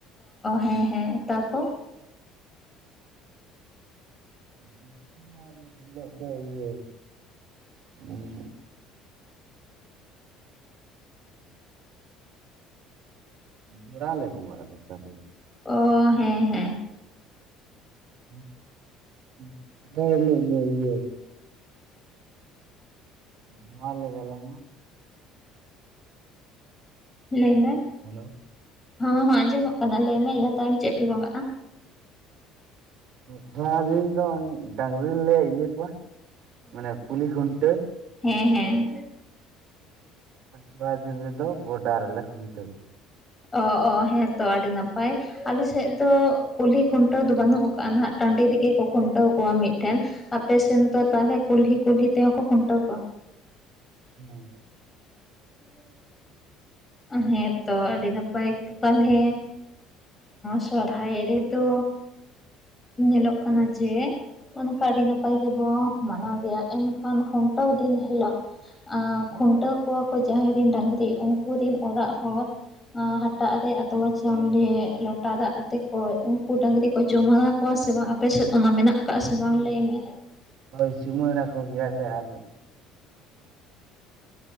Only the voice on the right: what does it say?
ᱫᱚᱥᱟᱨ ᱦᱤᱞᱳᱜ ᱫᱚ ᱤᱭᱟᱹ <unintelligible> ᱜᱚᱲᱟ ᱞᱮ ᱵᱚᱸᱜᱟᱜ-ᱟ ᱟᱞᱮ ᱟᱫᱚ
<unintelligible> ᱤᱭᱟᱹ ᱱᱚᱶᱟ ᱞᱮ ᱜᱟᱞᱟᱝᱼᱟ
ᱦᱮᱞᱳ
ᱛᱷᱚᱲᱟ ᱫᱤᱱ ᱫᱚ ᱰᱟᱝᱨᱤ ᱞᱮ ᱤᱭᱟᱹ ᱠᱚᱣᱟ ᱢᱟᱱᱮ ᱠᱩᱞᱦᱤ ᱠᱷᱩᱱᱴᱟᱹᱣ
ᱟᱨ ᱛᱷᱚᱲᱟ ᱫᱤᱱ ᱨᱮᱫᱚ ᱜᱚᱰᱟ ᱨᱮᱞᱮ ᱠᱷᱩᱱᱴᱟᱹᱣ ᱠᱚᱣᱟ
ᱦᱮᱸ
ᱟᱫᱚ
ᱦᱳᱭ
ᱦᱳᱭ ᱪᱩᱢᱟᱹᱲᱟ ᱠᱚ ᱜᱮᱭᱟᱞᱮ ᱟᱨ